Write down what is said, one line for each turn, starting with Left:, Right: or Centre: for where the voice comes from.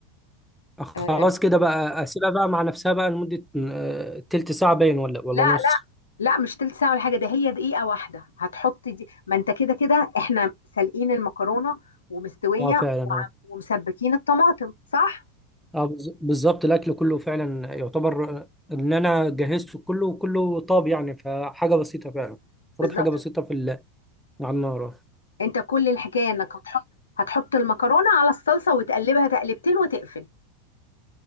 Left: آه
Centre: خلاص كده بقى اسيبها بقى مع نفسها بقى لمده آه، تلت ساعه باين ولا ولا
Left: لا
Centre: نص
Left: لا لا مش تلت ساعة ولا حاجة ده هي دقيقة واحدة هتحط دي ما انت كده كده احنا سالقين المكرونة ومستوية
Centre: اه فعلا
Left: وعم-
Centre: اه
Left: ومسبكين الطماطم صح؟
Centre: اه بز- بالظبط الاكل كله فعلا يعتبر ان انا جهزته كله وكله طاب يعني فحاجه بسيطه فعلا المفروض
Left: بالظبط
Centre: حاجه بسيطه في ال- على النار
Left: انت كل الحكاية انك هتحط هتحط المكرونة على الصلصة وتقلبها تقلبتين وتقفل